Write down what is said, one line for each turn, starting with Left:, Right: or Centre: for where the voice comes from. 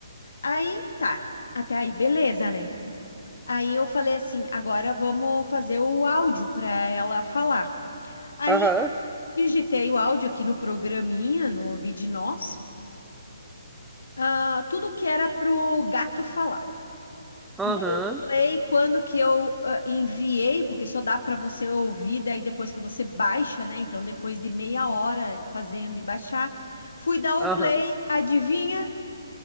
Left: Aí, tá. Até aí, beleza, né? Aí eu falei assim, agora vamos fazer o áudio para ela falar. Aí
Centre: Aham,
Left: digitei o áudio aqui no programinha, no Vide Nós, ah, tudo que era pro gato falar.
Centre: aham,
Left: Dei o play quando que eu ah, enviei, porque só dá para você ouvir, daí depois que você baixa, né? Então, depois de meia hora fazendo e baixar, fui dar o
Centre: aham.
Left: play, adivinha?